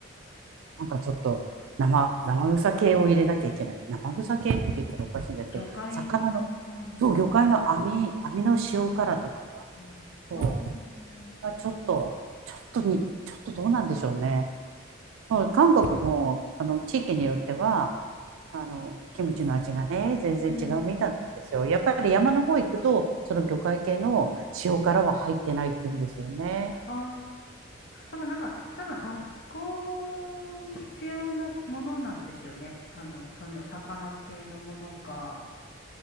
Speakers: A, on the right (about 75°); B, on the left (about 50°).
A: なんかちょっと生、生臭系を入れなきゃいけない。生臭系って言ったらおかしいんですけど、
B: 魚介、
A: 魚の、
B: うんん。
A: そう、魚介の網、網の塩辛とか、
B: 網と、
A: そう。
B: うーん。う
A: あちょっと、ちょっとに、ちょっとどうなんでしょうね。もう韓国も、あの、地域によっては、あの、キムチの味がね、全然違うみたいなんですよ。
B: ーん。
A: やっぱり山の方行くと、その魚介系の塩辛は入ってないって言うんですよね。
B: ああ。なんかなんか多分発酵に必要なものなんですよね。あの、その魚系のものが、